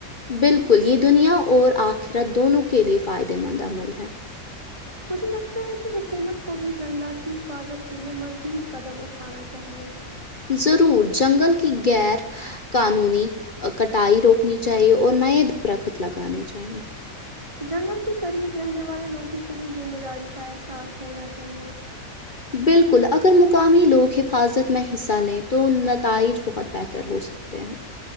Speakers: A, on the left; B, on the right.
A: بالکل یہ دنیا اور آخرت دونوں کے لیے فائدے مند عمل ہے
B: مجھے لگتا ہے کہ حکومت کو بھی جنگلات کی حفاظت کے لیے مزید قدم اٹھانا چاہیے
A: ضرور جنگل کی غیر قانونی کٹائی روکنی چاہیے اور نئے د درخت لگانے چاہیے
B: جنگل کے قریب رہنے والے لوگوں کو بھی ذمہ داری کا احساس ہونا چاہیے
A: بالکل اگر مقامی لوگ حفاظت میں حصہ لیں تو نتائج بہت بہتر ہوسکتے ہیں